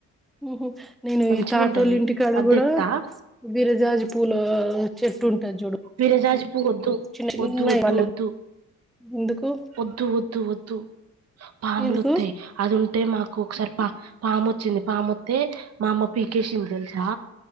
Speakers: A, in the centre; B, on the right.
A: మ్ హు నేను
B: మంచిగా
A: ఈ తాతిల్ల
B: ఉంటది
A: ఇంటికాడ
B: అద్దెట్టా
A: కూడా విీరజాజి పూల చెట్టు ఉంటుది చూడు
B: మీరజాజపూవ్వు వద్దు
A: చిన్న
B: వద్దు
A: చిన్నయి
B: వద్దు
A: వాళ్ళ
B: వద్దు
A: ఎందుకు
B: వద్దు వద్దు వద్దు పాములోత్తాయ్
A: ఎందుకు
B: అది ఉం అంటే మాకు ఒకసారి పా పామొచ్చింది పామ్ వస్తే మా అమ్మ పీకేసింది తెలుసా